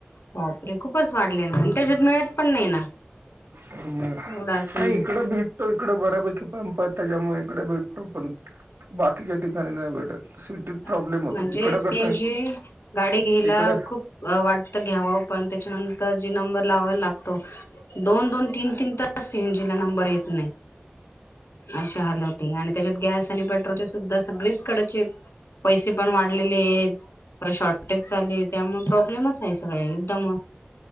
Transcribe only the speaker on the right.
नाही
इकड भेटतो इकडं बऱ्यापैकी पंप आहे त्याच्यामुळे इकडे भेटतो. तोपर्यंत बाकीच्या ठिकाणी नाही भेटत. सिटीत प्रॉब्लेम
होतो
इकडं
कसं आहे
इकडे